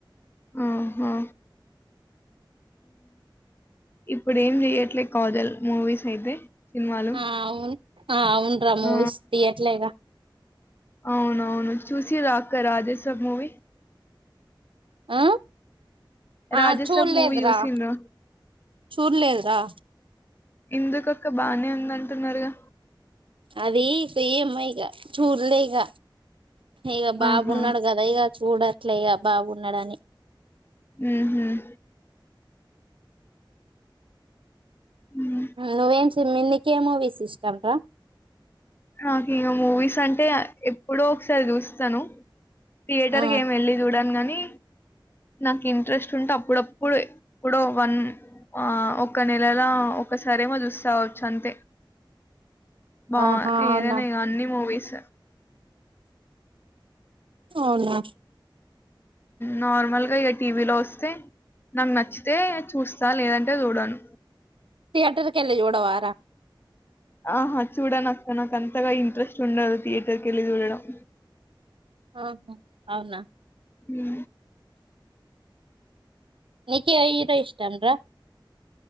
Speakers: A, on the left; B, on the right.
A: ఆహా ఇప్పుడు ఏం చెయట్లే కాజల్ మూవీస్ అయితే సినిమాలు.
B: ఆ అవును అవును రా మూవీస్
A: ఆ!
B: తీయట్లేగా
A: అవునవును చూసిరా అక్క రాజసబ్ మూవీ
B: ఆ
A: రాజసాబ్
B: ఆ చూడలేదు
A: మూవీ చూసిండ్రా?
B: రా చూడలేదురా
A: ఇందుకక్క బానే ఉంద అంటున్నారుగా
B: అది ఇక ఏమైక చూడలేక ఇక బాబున్నాడు
A: ఆహా!
B: కదా ఇక చూడట్లే ఇక బాబున్నాడుని
A: మ్మ్ మ్మ్ హ్మ్.
B: నువ్వేం మీ నీకే మూవీస్ ఇష్టంరా
A: హక ఇకా మూవీస్ అంటే ఎప్పుడో ఒకసారి చూస్తాను థియేటర్
B: ఆ
A: క ఏమి వెళ్ళి చూడాను గాని నాకు ఇంట్రెస్ట్ ఉంటే అప్పుడప్పుడు ఇప్పుడ వన్ ఆ ఒక నెలలా ఒకసారి ఒకసారైమో చూస్తా అంతే బా
B: ఆహా
A: ఏదైనా
B: అవునా
A: ఇ అన్ని మూవీస్
B: అవునా
A: నార్మల్గా ఇక టీవీలో వస్తే నాకు నచ్చితే చూస్తా లేదంటే చూడాను
B: థియటర్ కీ ఎలి జోడవార
A: ఆహా చూడను అక్క నాక అంతగా ఇంట్రెస్ట్ ఉండదు థియేటర్కి వెళ్ళి చూడడం
B: ఆహా అవునా
A: హ
B: నికీ ఏ హీరో ఇష్టం రా